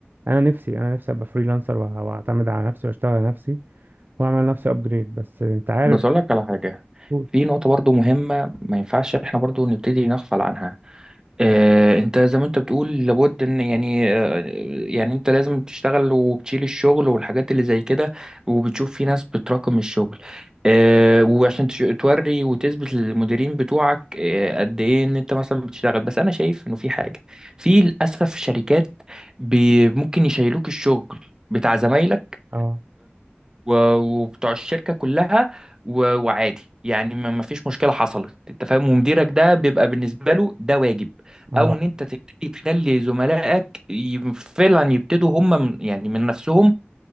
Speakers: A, on the right; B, on the right.
A: أنا نفسي أنا نفسي أبقى فريلانسر وه- وأعتمد على نفسي وأشتغل على نفسي وأعمل لنفسي أبجريد بس أنت عارف
B: بس اقول
A: بقى
B: لك على حاجه
A: قول.
B: في نقطه برضو مهمه ما ينفعش احنا برضو نبتدي نغفل عنها آه، انت زي ما انت بتقول لابد ان يعني آه، يعني انت لازم تشتغل وبتشيل الشغل والحاجات اللي زي كده وبتشوف في ناس بتراكم الشغل آه، وعشان تش- توري وتثبت للمديرين بتوعك آه، قد ايه ان انت مثلا بتشتغل بس انا شايف انه في حاجة في للاسف شركات بي- ممكن يشيلوك الشغل بتاع زمايلك
A: أه
B: و- وبتوع الشركة كلها و- وعادي يعني ما ما فيش مشكلة حصلت انت فاهم ومديرك ده بيبقى بالنسبة له ده واجب
A: أه
B: او ان انت تبتدي تخلي زملائك ي- فعلا يبتدوا هم من يعني من نفسهم